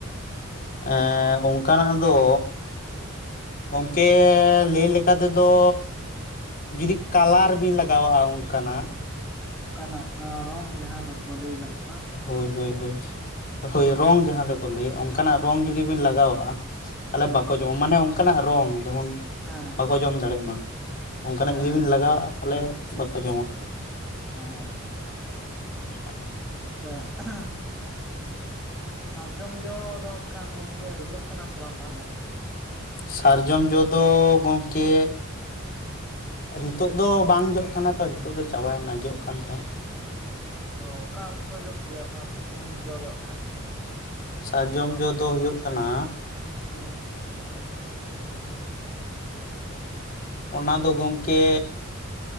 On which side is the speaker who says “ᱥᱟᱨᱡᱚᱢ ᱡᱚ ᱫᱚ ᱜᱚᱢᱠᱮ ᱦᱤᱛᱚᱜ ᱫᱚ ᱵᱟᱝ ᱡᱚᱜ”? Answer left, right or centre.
Left